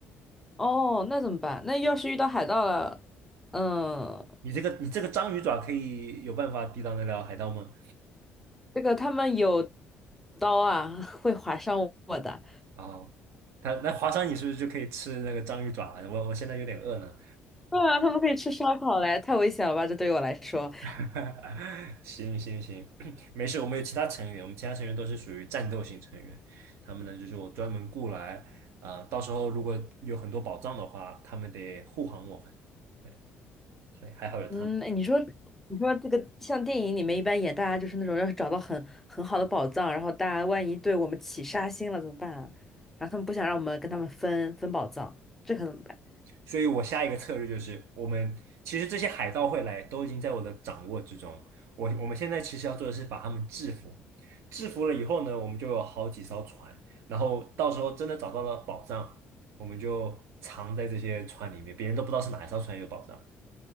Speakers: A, in the centre; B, on the right (about 85°).
A: 哦，那怎么办？那要是遇到海盗了，嗯，
B: 你这个你这个章鱼爪可以有办法抵挡得了海盗吗？
A: 这个他们有刀啊，<laughs> 会划伤我的。
B: 哦，他那华商你是不是就可以吃那个章鱼爪了？我我现在有点饿呢。
A: 对啊，他们可以吃烧烤嘞，太危险了吧？这对于我来说。
B: <laughs> 行行行，<clears throat> 没事，我们有其他成员，我们其他成员都是属于战斗型成员，他们呢就是我专门雇来，啊、到时候如果有很多宝藏的话，他们得护航我们，对，所以还好有他们。
A: 嗯，哎，你说，你说这个像电影里面一般演，大家就是那种要是找到很很好的宝藏，然后大家万一对我们起杀心了怎么办啊？然后他们不想让我们跟他们分分宝藏，这可怎么办？
B: 所以我下一个策略就是，我们其实这些海盗会来，都已经在我的掌握之中。我我们现在其实要做的是把他们制服，制服了以后呢，我们就有好几艘船，然后到时候真的找到了宝藏，我们就藏在这些船里面，别人都不知道是哪一艘船有宝藏，